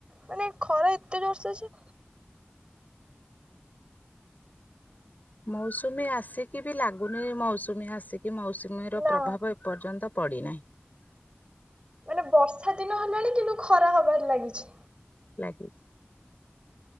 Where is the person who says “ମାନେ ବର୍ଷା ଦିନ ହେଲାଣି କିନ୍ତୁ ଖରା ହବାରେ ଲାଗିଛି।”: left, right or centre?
Right